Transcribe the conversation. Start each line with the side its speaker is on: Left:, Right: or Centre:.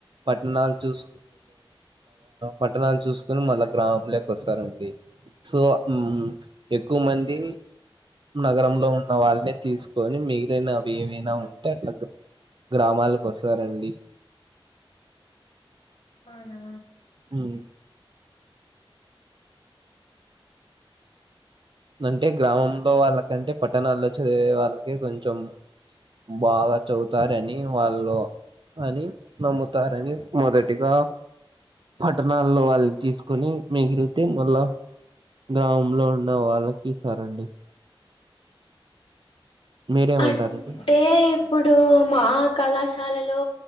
Right: పట్టణాలు చూస్ పట్టణాలు చూసుకొని మళ్ళ మల్ల గ్రామం లేకి వస్తారండి సో
Left: హ్మ్.
Right: మ్ ఎక్కువ మంది నగరంలో ఉన్న వాళ్ళనే తీసుకొని మిగిలినవి ఏవైనా ఉంటే అట్లా గ్రామాలకు వస్తారండి
Left: అవునా!
Right: మ్ అంటే గ్రామంలో వాళ్ళకంటే పట్టణాల్లో చదివే వాళ్ళకి కొంచెం బాగా చదుతారని వాళ్ళు అని నమ్ముతారని మొదటిగా పట్టణాల్లో వాళ్ళని తీసుకొని మిగిలితే మళ్ళా గ్రామంలో ఉన్న వాళ్ళకి సారండి మీరేమంటారండి
Left: అంటే ఇప్పుడు మా కళా శాలలో